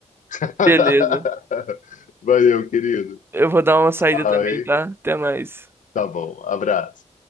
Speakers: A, on the left (about 80°); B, on the right (about 15°).
A: <laughs>
B: Beleza.
A: Valeu, querido.
B: Eu vou dar uma
A: Tchau,
B: saída também,
A: hein?
B: tá? Até mais.
A: Tá bom. Abraço.